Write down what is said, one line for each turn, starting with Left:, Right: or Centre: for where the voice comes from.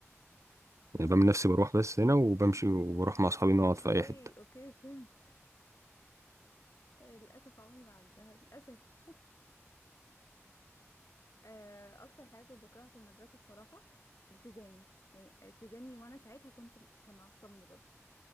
Right: يعني
Left: آه.
Right: بعمل نفسي بروح بس هنا وبمشي وبروح مع اصحابي نقعد
Left: اوكي
Right: في اي حتة
Left: اوكي فهمت آه، للاسف عمري ما عملتها للاسف آه. اكتر حاجه كنت بكرهها في المدرسه بصراحه التزامي يعني التزامي وانا ساعتها كنت كان معصبني برضه